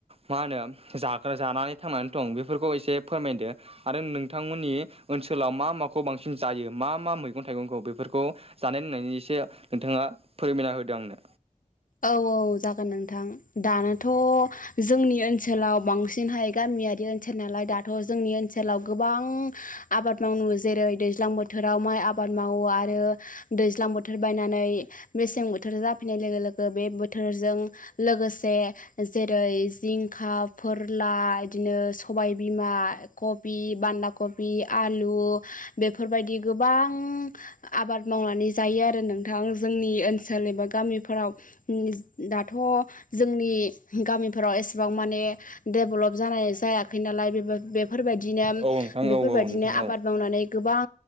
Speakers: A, on the right; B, on the left.
A: मा होनो जाग्रा जानानै थांनानै दं बेफोरखौ एसे फोरमायदो। आरो नोंथांमोननि ओनसोलाव मा माखौ बांसिन जायो मा मा मैगं थाइगंखौ बेफोरखौ जानाय लोंनायनि एसे नोंथाङा फोरमायना होदों आंनो
B: औ औ जागोन नोंथां दानोथ' जोंनि ओनसोलाव बांसिनहाय गामियारि ओ नालाय दाथ' जोंनि ओनसोलाव गोबां आबाद मावनो जेरै दैज्लां बोथोराव बोथोराव माइ आबाद मावो आरो दैज्लां बोथोर बायनानै मेसें बोथोर जाफैनाय लोगो लोगो बे बोथोरजों लोगोसे जेरै जिंखा फोरला बिदिनो सबायबिमा कबि बान्दा कबि आलु बेफोरबायदि गोबां आबाद मावनानै जायो आरो नोंथां जोंनि ओनसोल एबा गामिफोराव दाथ' जोंनि गामिफोराव एसेबां माने देभेलप जानाय जायाखै नालाय बे बेफोरबायदिनो
A: औ नोंथां
B: बेफोरबायदिनो आबाद
A: औ
B: मावनानै गोबां